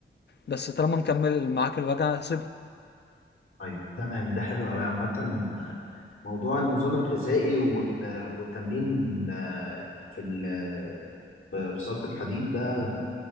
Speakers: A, on the left; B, on the left.
A: بس طالما مكمل معاك الوجع سيبها
B: طيب تمام ده حلو أوي عامة آه، موضوع النظام الغذائي وال- آه، والتمرين ال- آه، في ال- آه، في في صالة الحديد ده